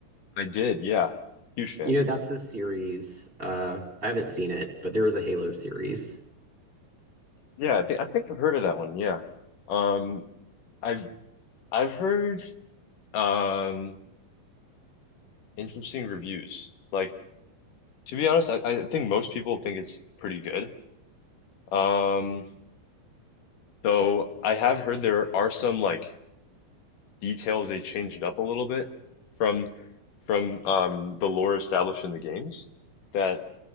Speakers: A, on the left; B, on the right.
A: I did, yeah, huge fan.
B: You know, that's a series. Uh, I haven't seen it, but there was a Halo series.
A: Yeah, I think I think I've heard of that one. Yeah, um, I've I've heard. Um, interesting reviews. Like, to be honest, I, I think most people think it's pretty good. Um, though I have heard there are some like details they changed it up a little bit from from um the lore established in the games that